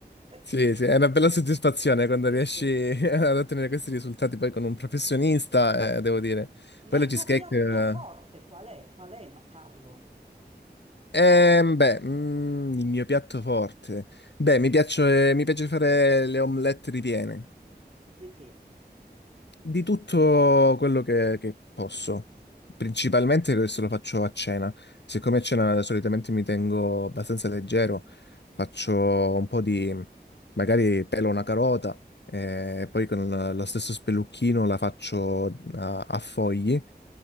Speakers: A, on the right (about 35°); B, on the left (about 80°).
A: <laughs>
B: Sì, sì, è una bella soddisfazione quando
A: Sì,
B: riesci
A: sì.
B: <laughs> ad ottenere questi risultati poi con un professionista, eh, devo dire.
A: Ma
B: Poi
A: il
B: la cheesecake...
A: tuo piatto
B: eh,
A: forte qual è? Qual è, ma- Carlo?
B: Ehm, beh, mm, il mio piatto forte. Beh, mi piace, mi piace fare le omelette ripiene.
A: Di che?
B: Di tutto quello che, che posso. Principalmente adesso lo faccio a cena. Siccome a cena solitamente mi tengo abbastanza leggero, faccio un po' di... magari pelo una carota e poi con lo stesso spellucchino la faccio a, a fogli.